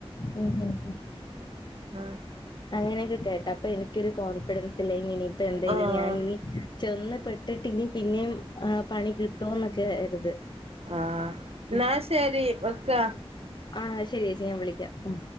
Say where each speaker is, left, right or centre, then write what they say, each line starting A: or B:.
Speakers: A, on the left; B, on the right.
A: ഉം ഉം
B: ആ
A: അങ്ങനെയൊക്ക കേട്ട അപ്പ എനിക്ക് ഒരു കോഫിഡൻസ് ഇല്ല ഇനി നിപ്പ ഇപ്പ എന്തായാലും
B: ആഹ്
A: ഞാനിനി ചെന്ന് പെട്ടിട്ട് ഇനി പിന്നേം ആഹ് പണി കി ട്ടോന്നൊക്കെ ഒരിത്
B: ആ എന്നാ ശരി വെക്കാ
A: ആ ശരി ചേച്ചി ഞാൻ വിളിക്കാം. ഉം